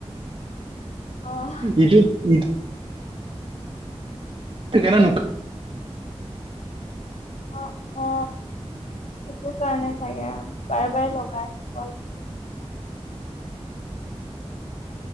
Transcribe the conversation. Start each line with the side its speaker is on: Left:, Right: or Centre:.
Left: অ
Right: ইটো ই তে কেনে নো
Left: অ অ সেইটো কাৰণে চাগে আৰু বাৰে - বাৰে লগাই আছে কল